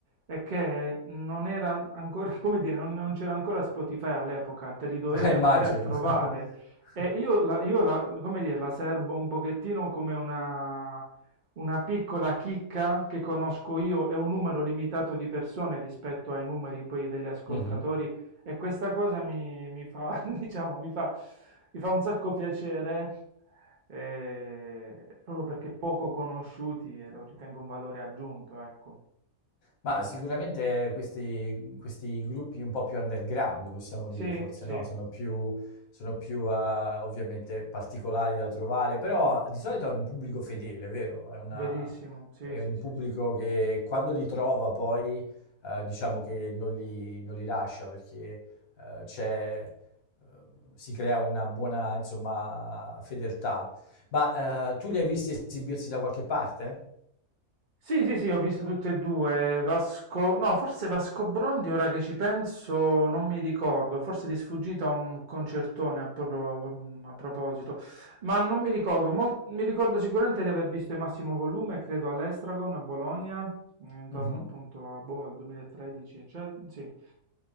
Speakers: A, on the right (about 50°); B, on the left (about 70°).
A: è che non era ancora, <laughs> come dire, non, non c'era ancora Spotify all'epoca, te li dovevi
B: <laughs> immagino.
A: andare a trovare.
B: <laughs>
A: E io, la, io la- come dire, la serbo un pochettino come una, una piccola chicca che conosco io e un numero limitato di persone rispetto ai numeri poi degli ascoltatori
B: Mhm.
A: E questa cosa mi, mi fa, <laughs> diciamo, mi fa, mi fa un sacco piacere, eh, proprio perché poco conosciuti e lo ritengo un valore aggiunto, ecco.
B: Ma sicuramente questi, questi gruppi un po' più underground, possiamo
A: Sì,
B: dire forse,
A: sì,
B: no? Sono più, sono più eh, ovviamente particolari da trovare, però di solito hanno un pubblico fedele, vero? È una-
A: verissimo, sì,
B: è
A: sì,
B: un
A: sì,
B: pubblico
A: sì.
B: che quando li trova poi eh, diciamo che non li, non li lascia perché eh, c'è, eh, si crea una buona insomma fedeltà. Ma eh, tu li hai visti esibirsi da qualche parte?
A: Sì, sì, sì, ho visto tutte e due. Vasco, no, forse Vasco Brondi, ora che ci penso, non mi ricordo. Forse di sfuggita un concertone a, proprio- a proposito, ma non mi ricordo. Mol- mi ricordo sicuramente di aver visto il massimo volume, credo all'Estragon a Bologna, intorno
B: Mhm.
A: appunto a, boh, al 2013, eccetera. Sì.